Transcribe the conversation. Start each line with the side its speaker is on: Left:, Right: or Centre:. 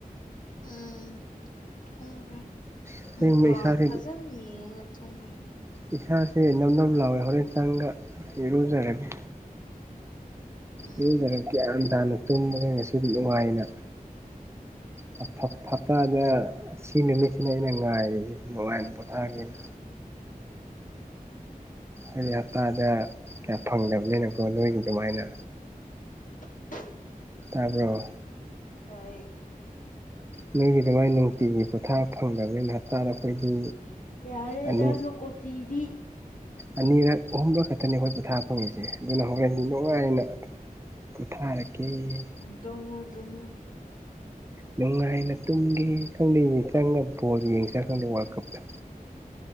Left: ꯎꯝ ꯇꯨꯝꯈ꯭ꯔꯦ
Right: ꯑꯁꯦꯡꯕ
Left: ꯃꯨꯛꯕꯥꯡ
Right: ꯏꯁꯥꯁꯦ
Left: ꯐꯖꯅ ꯌꯦꯡꯉꯒ ꯇꯨꯝꯈ꯭ꯔꯦ
Right: ꯏꯁꯥꯁꯦ ꯅꯞ ꯅꯞ ꯂꯥꯎꯋꯦ ꯍꯣꯔꯦꯟ ꯆꯪꯒ ꯏꯔꯨꯖꯔꯒꯦ
Left: ꯎꯝ
Right: ꯏꯔꯨꯖꯔ ꯒ꯭ꯌꯥꯟ ꯇꯥꯅ ꯇꯨꯝꯃꯒꯦ ꯉꯁꯤꯗꯤ ꯅꯨꯡꯉꯥꯏꯅ <unintelligible> ꯑꯁꯤ ꯅꯨꯃꯤꯠꯁꯤꯅ ꯑꯩꯅ ꯉꯥꯏꯔꯤꯁꯤ ꯅꯨꯡꯉꯥꯏꯅ ꯄꯣꯠꯊꯥꯒꯦꯅ꯫ ꯑꯩꯗꯤ ꯍꯞꯇꯥꯗ ꯀꯌꯥ ꯐꯪꯗꯕꯅꯤꯅꯀꯣ ꯅꯣꯏꯒꯤ ꯑꯗꯨꯃꯥꯏꯅ꯫
Left: <unintelligible>
Right: ꯇꯥꯔꯕ꯭ꯔꯣ꯫
Left: ꯇꯥꯑꯦ꯫
Right: ꯅꯣꯏꯒꯤ ꯑꯗꯨꯃꯥꯏ ꯅꯨꯡꯇꯤꯒꯤ ꯄꯣꯊꯥ ꯐꯪꯗꯕꯅꯤꯅ ꯍꯞꯇꯥꯗ ꯑꯩꯈꯣꯏꯗꯤ
Left: ꯌꯥꯔꯦ
Right: ꯑꯅꯤ
Left: ꯅꯁꯨꯣ ꯀꯣꯠꯇꯤꯗꯤ꯫
Right: ꯑꯅꯤꯔꯛ ꯑꯍꯨꯝꯔꯛ ꯈꯛꯇꯅꯤ ꯑꯩꯈꯣꯏ ꯄꯣꯊꯥ ꯐꯪꯉꯤꯁꯦ ꯑꯗꯨꯅ ꯍꯧꯒꯠꯅꯤꯡꯗ ꯅꯨꯡꯉꯥꯏꯅ ꯄꯨꯊꯥꯔꯒꯦ꯫
Left: ꯎꯝ ꯇꯨꯝꯃꯨ ꯇꯨꯝꯃꯨ꯫
Right: ꯅꯨꯡꯉꯥꯏꯅ ꯇꯨꯝꯒꯦ ꯈꯪꯗꯦ ꯆꯪꯉꯒ ꯕꫭꯜ ꯌꯦꯡ ꯆꯥ ꯈꯪꯗꯦ ꯋꯥꯔꯜ ꯀꯞꯇ꯫